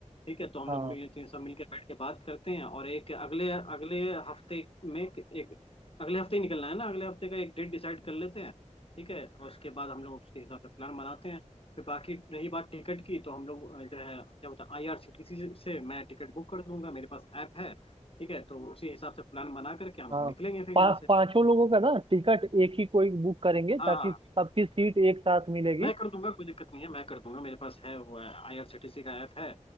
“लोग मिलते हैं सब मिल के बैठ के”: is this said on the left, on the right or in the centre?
Left